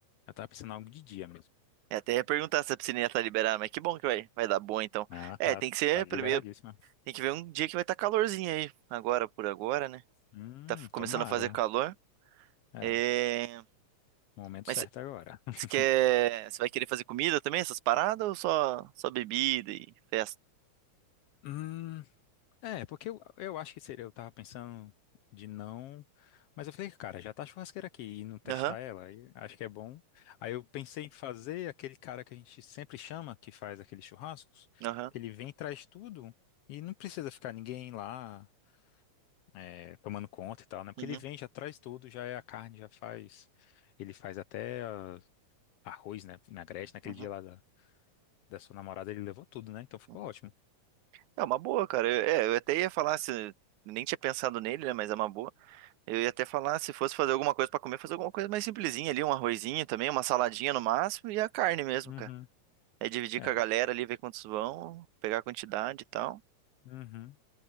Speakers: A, on the left; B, on the right.
A: Eu tava pensando em algo de dia mesmo.
B: Eu até ia perguntar se a piscininha tá liberada, mas que bom que vai, vai dar boa então.
A: Ah,
B: É,
A: tá,
B: tem que ser
A: tá liberadíssima.
B: primeiro, tem que ver um dia que vai estar calorzinho aí, agora por agora, né?
A: Hum,
B: Tá f- começando
A: tomara.
B: a fazer calor.
A: É,
B: É,
A: momento
B: Mas
A: certo agora. <laughs>
B: você quer, você vai querer fazer comida também, essas paradas, ou só, só bebida e festa?
A: Hum, É, porque eu, eu acho que seria, eu tava pensando de não, mas eu falei, cara, já tá a churrasqueira aqui e não testar
B: Aham,
A: ela, aí acho que é bom. Aí eu pensei em fazer aquele cara que a gente sempre chama, que faz aqueles churrascos,
B: aham,
A: que ele vem e traz tudo e não precisa ficar ninguém lá é, tomando conta e tal, né? Porque
B: uhum,
A: ele vem, já traz tudo, já é a carne, já faz, ele faz até ah, arroz, né? Vinagrete, naquele
B: uhum,
A: dia lá da, da sua namorada, ele levou tudo, né? Então ficou
B: uhum.
A: ótimo.
B: É uma boa, cara. Eu, é, eu até ia falar se. Nem tinha pensado nele, né? Mas é uma boa. Eu ia até falar, se fosse fazer alguma coisa pra comer, fazer alguma coisa mais simplesinha ali, um arrozinho também, uma saladinha no máximo e a carne mesmo,
A: Uhum.
B: cara. Aí dividir
A: É.
B: com a galera ali, ver quantos vão, pegar a quantidade e tal.
A: Uhum.